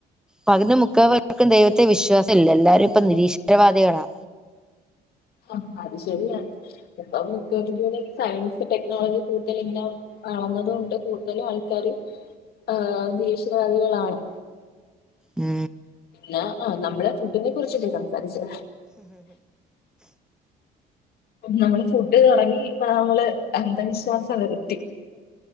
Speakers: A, in the centre; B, on the left.
A: പകുതി മുക്കാൽ പേർക്കും ദൈവത്തെ വിശ്വാസം ഇല്ല എല്ലാരും ഇപ്പൊ നിരീശ്വരവാദികളാ
B: ആ അത് ശരിയാണ് ഇപ്പ മിക്കവാറും സയൻസ് ടെക്നോളജി കൂടുതൽ ഇങ്ങനെ അള്ളന്നതൊണ്ട് കൂടുതലും ആൾക്കാര് ആ നിരീശ്വരവാദികളാണ്
A: ഉം
B: പിന്നെ ആ നമ്മള് ഫുഡിനെ കുറിച്ചല്ലേ സംസാരി ച്ചേ നമ്മൾ ഫുഡ് കറങ്ങി അപ്പൊ നമ്മള് അന്ധവിശ്വാസം വരുത്തി